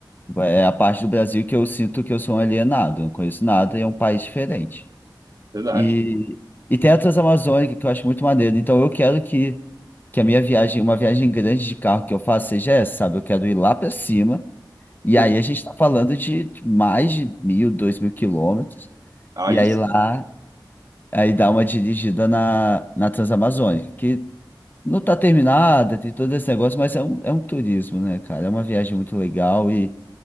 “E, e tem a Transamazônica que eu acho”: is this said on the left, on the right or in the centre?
Left